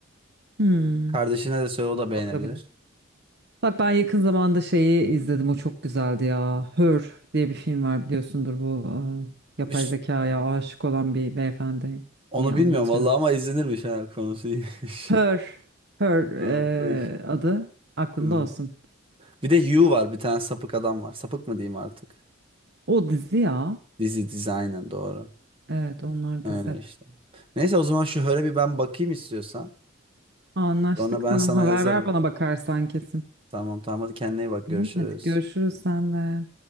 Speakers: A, on the right (about 50°); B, on the right (about 25°).
A: Hmm.
B: Kardeşine de söyle o
A: Ona
B: da beğenebilir.
A: da bakılabilir. Bak ben yakın zamanda şeyi izledim. O çok güzeldi ya. Her diye bir film var biliyorsundur bu e, yapay
B: Üst,
A: zekaya aşık olan bir beyefendi
B: onu
A: iyi anlatıyor.
B: bilmiyorum vallahi ama izlenirmiş ha konusu iyiymiş.
A: Her,
B: <laughs>
A: Her
B: Ha, bakayım.
A: e, adı aklında
B: Hı.
A: olsun.
B: Bir de You var bir tane sapık adam var. Sapık mı diyeyim artık?
A: O dizi ya.
B: Dizi dizi aynen doğru.
A: Evet onlar
B: Öyle
A: dizi.
B: işte. Neyse o zaman şu höre bir ben bakayım istiyorsan.
A: Anlaştık
B: Sonra ben
A: tamam.
B: sana
A: Haber
B: yazarım.
A: ver bana bakarsan kesin.
B: Tamam tamam hadi kendine iyi bak görüşürüz.
A: Tamam hadi görüşürüz sen de.